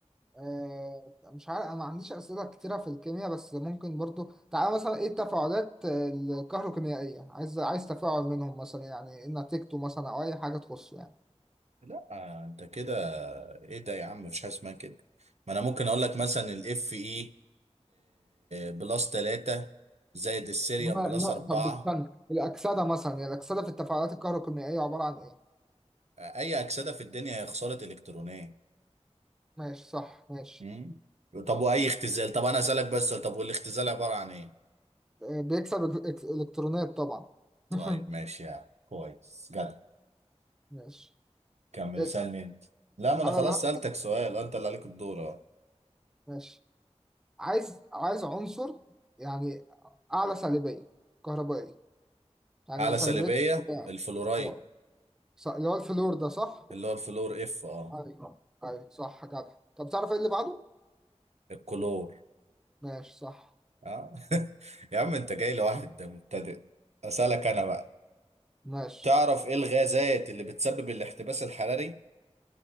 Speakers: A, in the centre; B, on the right.
A: آه... مش عارف انا ما عنديش اسئله كتيره في الكيمياء بس ممكن برضو تعالى مثلا ايه التفاعلات آه، الكهروكيميائيه عايز عايز تفاعل منهم مثلا يعني ايه نتيجته مثلا او اي حاجه تخصه يعني
B: لا انت كده ايه ده يا عم مفيش حاجه اسمها كده ما انا ممكن اقول لك مثلا الاف اي بلس 3 زائد السيريوم
A: ما...
B: بلس
A: ما...
B: 4
A: طب استنى الاكسده مثلا يعني الاكسده في التفاعلات الكهروكيميائيه عباره عن ايه
B: اي اكسده في الدنيا هي خساره الكترونيه
A: ماشي صح ماشي
B: مم. طب واي
A: ماشي
B: اختزال طب انا اسالك بس سؤال، طب والاختزال عباره عن ايه
A: آه، بيكسب إك- إك- الكترونات طبعا <laughs>
B: طيب ماشي يعني كويس جدع
A: ماشي
B: كمل
A: اسأل
B: اسالني انت لا ما انا
A: انا
B: خلاص
A: اللي ه-
B: سالتك سؤال أه، انت اللي عليك الدور اه
A: ماشي عايز عايز عنصر يعني اعلى سالبية كهربائية يعني
B: اعلى
A: سالبيته
B: سلبيه
A: بتاع-
B: الفلورايد
A: اه ص- اللي هو الفلور ده صح؟
B: اللي هو الفلور اف اه
A: ايوه ايوه صح جدع طب تعرف ايه اللي بعده؟
B: الكلور
A: ماشي صح
B: اه <laughs> يا عم انت جاي لواحد مبتدئ اسالك انا بقى
A: ماشي
B: تعرف ايه الغازات اللي بتسبب الاحتباس الحراري